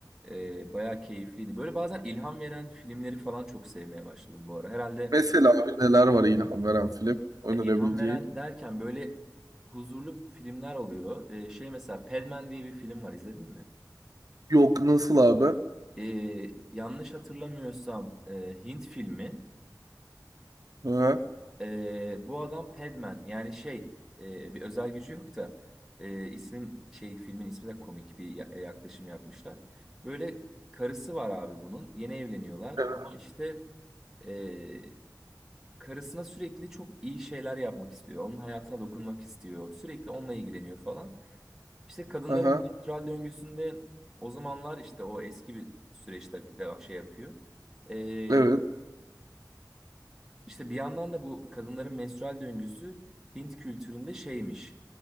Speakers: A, in the centre; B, on the right (about 60°).
A: e, bayağı keyifliydi. Böyle bazen ilham veren filmleri falan çok sevmeye başladım bu ara. Herhalde
B: Mesela abi neler var ilham veren film önerebileceğin?
A: Ya ilham veren derken böyle huzurlu filmler oluyor. Ee, şey mesela Padman diye bir film var izledin mi?
B: Yok nasıl abi?
A: Ee, yanlış hatırlamıyorsam e, Hint filmi.
B: Aha.
A: Ee, bu adam Padman yani şey e, bir özel gücü yok da e, ismin şey filmin ismi de komik bir ya- e, yaklaşım yapmışlar. Böyle karısı var abi bunun yeni evleniyorlar
B: Evet.
A: ama işte e, karısına sürekli çok iyi şeyler yapmak istiyor. Onun hayatına dokunmak istiyor sürekli onunla ilgileniyor falan. İşte kadınların
B: Aha.
A: bu menstrual döngüsünde o zamanlar işte o eski bir süreçte de şey yapıyor. Ee,
B: Evet.
A: işte bir yandan da bu kadınların menstrual döngüsü Hint kültüründe şeymiş.